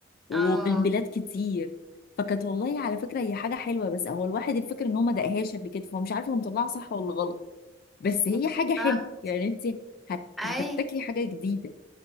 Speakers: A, on the left; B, in the centre.
A: وبين
B: اه
A: بلاد كتير فكانت والله على فكرة هي حاجة حلوة بس هو الواحد الفكرة ان هو ما دقهاش قبل كده فمش عارف هو مطلعها صح ولا غلط بس هي
B: بالظبط.
A: حاجة حلوة يعني انت هت-
B: اي
A: هتبتكري حاجة جديدة